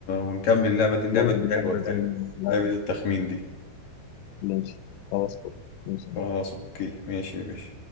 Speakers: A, on the left (about 50°); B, on the left (about 80°).
A: ونكمل اللعبة دي اللعبة
B: نلعب
A: دي
B: اللعبة
A: حلوة حلوة
B: دي لا
A: لعبة التخمين دي
B: ماشي خلاص فل. ماشي يا
A: خلاص
B: معلم.
A: أوكي ماشي يا باشا